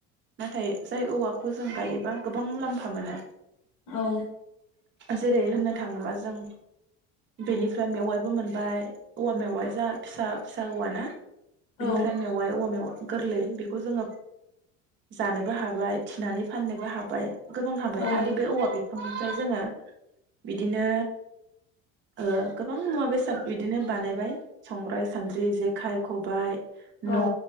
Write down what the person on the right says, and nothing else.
नाथाय जाय औवाखौ जों गायोबा गोबां मुलाम्फा मोनो।
जेरै होननो थाङोबा जों बेनि ओमफ्राय मेवाइबो मोनबाय औवा मेवाइ जों फिसा फिसा औव ना?
बिनिफ्राय मेवाइ औवा मेवाइ। गोरलै बेखौ जोङो जानोबो हाबाय थिनानै फाननोबो हाबाय। गोबां हाबाय
आरो बे औवा बि बिनिफ्राय जोङो बिदिनो ओ गोबां मुवा बेसाद बिदिनो बानायबाय संग्राय सानद्रि जेखाइ खबाइ
न'